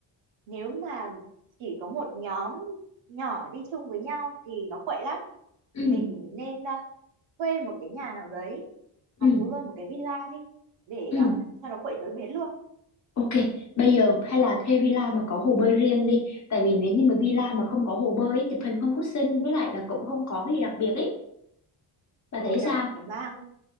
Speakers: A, on the right (about 80°); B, on the left (about 40°).
A: nếu mà chỉ có một nhóm nhỏ đi chung với nhau thì nó quậy lắm.
B: Ừ,
A: Mình nên ờ, thuê một cái nhà nào đấy hoặc
B: ừ,
A: mua luôn một cái villa đi để
B: ừ.
A: ờ, cho nó quậy tới bến luôn
B: Ok, bây giờ hay là thuê villa mà có hồ bơi riêng đi. Tại vì nếu như mà villa mà không có hồ bơi ấy, chụp hình không có xinh với lại là cũng không có cái gì đặc biệt ấy. Bà
A: ừ
B: thấy
A: nhờ
B: sao?
A: phải mang